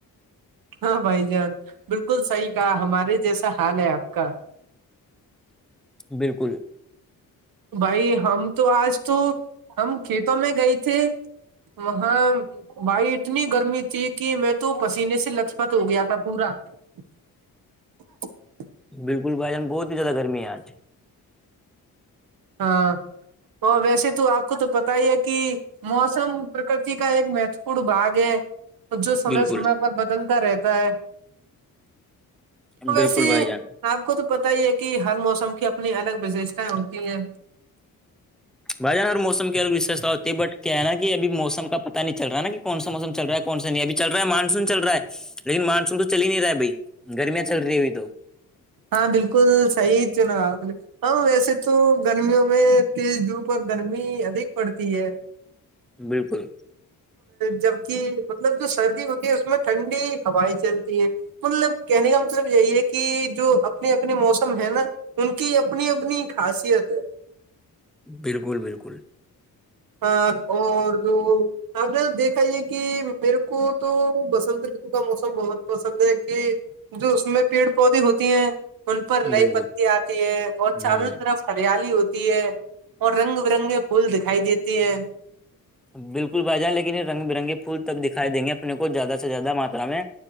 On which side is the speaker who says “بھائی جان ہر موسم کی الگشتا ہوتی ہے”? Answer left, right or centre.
Centre